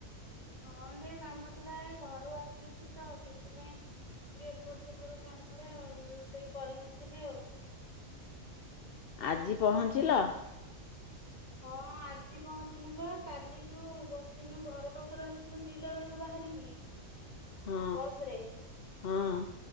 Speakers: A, on the left (about 30°); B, on the left (about 55°).
A: ହଁ ଟେ କାମ ଥିଲା ଘରୁ ଆସିଛି ତ ସେଥିପାଇଁ ଟିକେ ଏପଟ ସେପଟ କାମରେ ଆଉ ରୋଷେଇ କରିନଥିଲି ଆଉ।
B: ଆଜି ପହଞ୍ଚିଲ?
A: ହଁ ଆଜି ପହଞ୍ଚିନୁ ବା କାଲିଠୁ ବସିିଲୁ ଘର ପାଖରୁ ଆସିଲୁ ଦିଟା ବେଳକୁ ବାହାରିକି
B: ହଁ
A: ବସ ରେ
B: ହଁ।